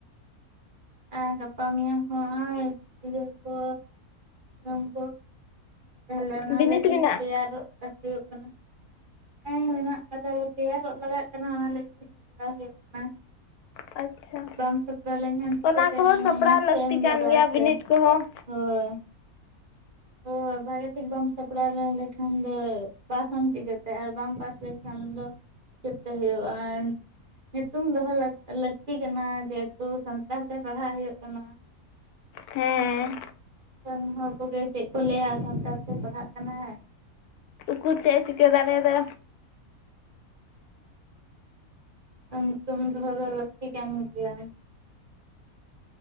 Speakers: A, on the right (about 45°); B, on the left (about 85°).
A: ᱟᱨ ᱜᱟᱯᱟ ᱢᱮᱭᱟᱝ ᱦᱚᱸ ᱟᱨ ᱜᱤᱫᱽᱨᱟᱹ ᱠᱚ ᱚᱢ ᱠᱚ ᱵᱷᱟᱞᱮ ᱚᱱᱟ
B: ᱵᱤᱱᱤᱰ
A: ᱞᱟᱹᱜᱤᱫ
B: ᱢᱮᱱᱟᱜᱼᱟ
A: ᱛᱮᱭᱟᱨᱚᱜ ᱦᱩᱭᱩᱜ ᱠᱟᱱᱟ᱾ ᱦᱮᱸ ᱢᱮᱱᱟᱜ ᱠᱟᱫᱟ ᱛᱮᱭᱟᱨᱚᱜ ᱞᱟᱜᱟᱜ ᱠᱟᱱᱟ ᱚᱱᱟ ᱞᱟᱹᱜᱤᱫ ᱛᱮ ᱥᱟᱯᱲᱟᱣ ᱦᱩᱭᱩᱜ ᱠᱟᱱᱟ᱾
B: ᱟᱪᱪᱷᱟ
A: ᱵᱟᱢ ᱥᱟᱯᱲᱟᱣ ᱞᱮᱱᱠᱷᱟᱱ ᱪᱤᱠᱟᱹᱛᱮᱢ
B: ᱚᱱᱟ ᱠᱚᱦᱚᱸ
A: ᱮᱢᱟ
B: ᱥᱟᱯᱲᱟᱣ
A: ᱢᱚᱸᱡᱽ
B: ᱞᱟᱹᱠᱛᱤ
A: ᱛᱮᱢ
B: ᱠᱟᱱ
A: ᱞᱟᱜᱟᱜᱼᱟ
B: ᱜᱮᱭᱟ ᱵᱤᱱᱤᱰ
A: ᱥᱮᱮ
B: ᱠᱚᱦᱚᱸ
A: ᱦᱳᱭ ᱚ ᱵᱷᱟᱜᱮ ᱴᱷᱤᱠ ᱵᱟᱢ ᱥᱟᱯᱲᱟᱣ ᱞᱮ ᱞᱮᱠᱷᱟᱱ ᱫᱚ ᱯᱟᱥᱟᱢ ᱪᱤᱠᱟᱹᱛᱮ ᱟᱨ ᱵᱟᱢ ᱯᱟᱥ ᱞᱮᱠᱷᱟᱱ ᱫᱚ ᱦᱤᱥᱟᱹᱵ ᱛᱮ ᱦᱩᱭᱩᱜᱼᱟ ᱧᱩᱛᱩᱢ ᱫᱚᱦᱚ ᱞᱟᱹᱠᱛᱤ ᱠᱟᱱᱟ ᱡᱮᱦᱮᱛᱩ ᱥᱟᱱᱛᱟᱲ ᱛᱮ ᱯᱟᱲᱦᱟᱜ ᱦᱩᱭᱩᱜ ᱠᱟᱱᱟ
B: ᱦᱮᱸ
A: ᱠᱟᱱ ᱦᱚᱲ ᱠᱚᱜᱮ ᱪᱮᱫ ᱠᱚ ᱞᱟᱹᱭᱟ ᱥᱟᱱᱛᱟᱲ ᱛᱮ ᱯᱟᱲᱦᱟᱜ ᱠᱟᱱᱟᱭ
B: ᱠᱩ ᱪᱮᱫ ᱮ ᱪᱤᱠᱟᱹ ᱫᱟᱲᱮᱭᱟᱫᱟ
A: ᱦᱮᱸ ᱧᱩᱛᱩᱢ ᱫᱚᱦᱚ ᱫᱚ ᱞᱟᱹᱠᱛᱤ ᱠᱟᱱ ᱜᱮᱭᱟ